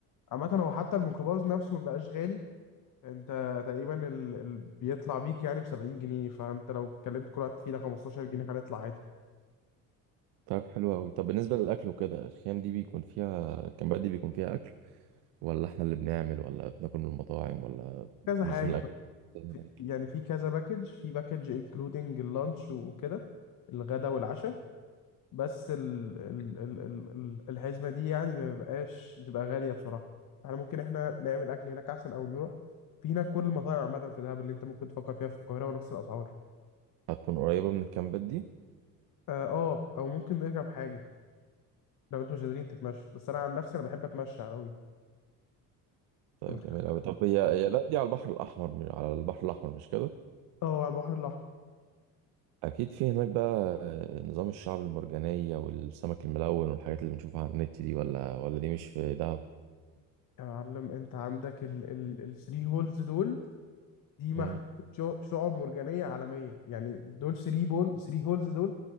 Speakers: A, on the left; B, on the right.
A: عامة هو حتى الميكروباص نفسه مبقاش غالي انت تقريبا ال... ال... بيطلع بيك يعني ب 70 جنيه فانت لو اتكلمت كل واحد فينا 15 جنيه هنطلع عادي
B: طيب حلو أوي طب بالنسبة للأكل وكده الخيام دي بيكون فيها الكامبات دي بيكون فيها أكل ولا احنا اللي بنعمل ولا بناكل من المطاعم ولا
A: كذا
B: نظام
A: حاجه
B: الاكل
A: بس
B: هناك
A: في... يعني في كذا باكج في باكج انكلودنج اللانش وكده الغدا والعشاء بس ال... ال... ال... ال... ال- الحزمه دي يعني ما بيبقاش بتبقى غاليه بصراحه احنا ممكن احنا نعمل اكل هناك احسن او نروح في هناك كل المطاعم عامه في دهب اللي انت ممكن تفكر فيها في القاهره ونفس الاسعار
B: هتكون قريبه من الكامبات دي
A: اه آه، او ممكن نرجع بحاجه لو انتوا مش قادرين تتمشوا بس انا عن نفسي انا بحب اتمشى قوي
B: طيب
A: انت متخيل
B: جميل قوي طب هي هي ده دي على البحر الاحمر مش- على البحر الاحمر مش كده
A: اه على البحر الأحمر
B: اكيد في هناك بقى آه، نظام الشعب المرجانيه والسمك الملون والحاجات اللي بنشوفها على النت دي ولا ولا دي مش في دهب
A: يا معلم أنت عندك ال ال الثري هولز دول دي محمية
B: مم.
A: شع- شعب مرجانية عالمية يعني دول ثري بول ثري هولز دول